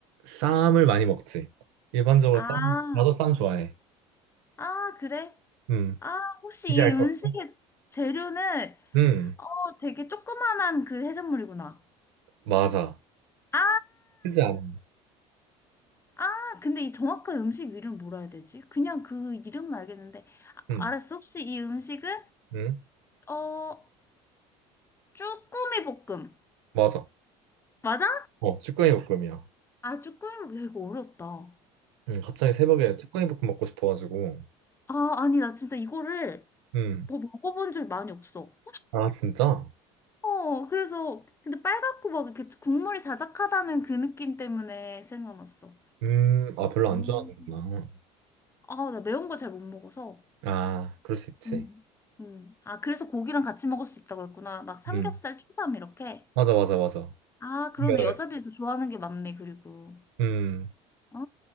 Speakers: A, on the right; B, on the left.
A: 쌈을 많이 먹지. 일반적으로
B: 아,
A: 쌈, 나도 쌈 좋아해.
B: 아, 그래?
A: 음.
B: 아, 혹시
A: 이제 알
B: 이 음식의
A: 것 같아.
B: 재료는
A: 음,
B: 어, 되게 조그만한 그 해산물이구나.
A: 맞아.
B: 아,
A: 크지 않아.
B: 아, 근데 이 정확한 음식 이름 뭐라 해야 되지? 그냥 그 이름은 알겠는데. 아,
A: 음,
B: 알았어. 혹시 이 음식은
A: 음,
B: 어, 쭈꾸미 볶음.
A: 맞아.
B: 맞아?
A: 어, 쭈꾸미 볶음이야.
B: 아, 쭈꾸미 볶음. 야, 이거 어렵다. 어,
A: 음, 갑자기 새벽에 쭈꾸미 볶음 먹고 싶어가지고.
B: 아, 아니, 나 진짜 이거를
A: 음.
B: 뭐 먹어본 적 많이 없어.
A: 아, 진짜?
B: 어, 그래서 근데 빨갛고 막 이렇게 국물이 자작하다는 그 느낌 때문에 생각났어.
A: 음, 아, 별로 안
B: 음.
A: 좋아하는구나.
B: 아, 나 매운 거 잘 못 먹어서.
A: 아, 그럴 수 있지.
B: 음. 음. 아, 그래서 고기랑 같이 먹을 수 있다고 했구나. 막 삼겹살,
A: 음,
B: 추삼 이렇게.
A: 맞아, 맞아, 맞아.
B: 아, 그러네.
A: 생각을
B: 여자들이 더 좋아하는 게 많네, 그리고.
A: 해. 음,
B: 어,